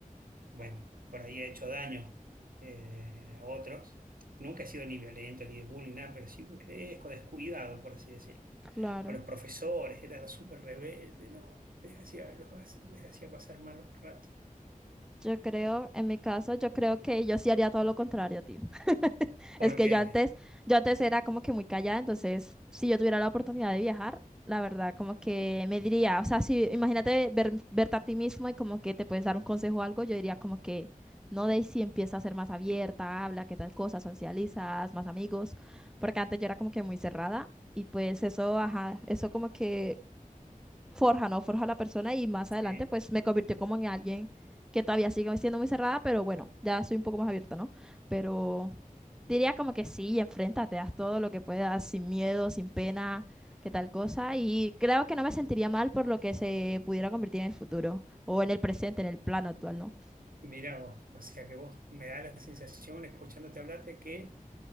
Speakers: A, on the right (about 85°); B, in the centre.
A: bueno, por ahí ha hecho daño eh, a otros. Nunca he sido ni violento ni de bullying, nada, pero sí burlesco, descuidado, por así decirlo.
B: claro.
A: Con los profesores, era súper rebelde, no, les hacía, los hac- les hacía pasar malos ratos.
B: Yo creo, en mi caso, yo creo que yo sí haría todo lo contrario, tío.
A: ¿Por
B: Es que
A: qué?
B: yo antes, yo antes era como que muy callada, entonces si yo tuviera la oportunidad de viajar, la verdad, como que me diría, o sea, si imagínate ver, verte a ti mismo y como que te puedes dar un consejo o algo, yo diría como que, no, Daisy, empieza a ser más abierta, habla, qué tal cosa, socializas, más amigos, porque antes yo era como que muy cerrada y pues eso, ajá, eso como que forja, ¿no? Forja a la persona y más adelante
A: Sí.
B: pues me convirtió como en alguien que todavía sigue siendo muy cerrada, pero bueno, ya soy un poco más abierta, ¿no? Pero diría como que sí, enfréntate, haz todo lo que puedas, sin miedo, sin pena, que tal cosa. Y creo que no me sentiría mal por lo que se pudiera convertir en el futuro o en el presente, en el plano actual, ¿no?
A: Mira vos, o sea que vos me da la sensación, escuchándote hablar, de que